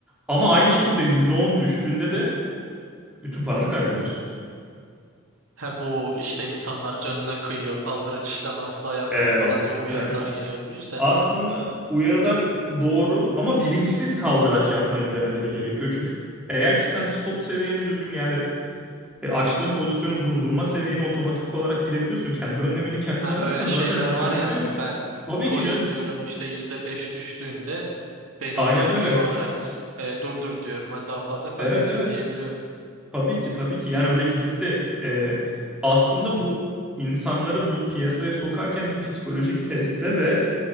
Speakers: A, in the centre; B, on the right.
A: Ama aynı şekilde %10 düştüğünde de bütün paranı kaybediyorsun.
B: He bu işte insanlar canına kıyıyor. Kaldırı işlem asla yapmayın
A: Evet.
B: falan diye uyarılar
A: Evet.
B: geliyor. Bu yüzden
A: Aslında
B: mi?
A: uyarılar doğru ama bilinçsiz kaldıraç yapmayın demeleri gerekiyor. Çünkü eğer ki sen stop seviyeni düzgün yani E, açtığın pozisyonu durdurma seviyene otomatik olarak girebiliyorsun. Kendi önlemini kendin
B: Ha,
A: alırsan
B: öyle şeyler
A: zaten bir
B: var
A: sıkıntı
B: yani
A: yok.
B: ben
A: Tabii
B: coin
A: ki canım.
B: diyorum işte %5 düştüğünde beni
A: Aynen
B: otomatik
A: öyle.
B: olarak e, durdur diyorum. Hani daha fazla kaybetmeyeyim
A: Evet evet.
B: diyebiliyorum.
A: Tabii ki tabii ki. Yani öyle gidip de e, aslında bu insanları bu piyasaya sokarken bir psikolojik teste ve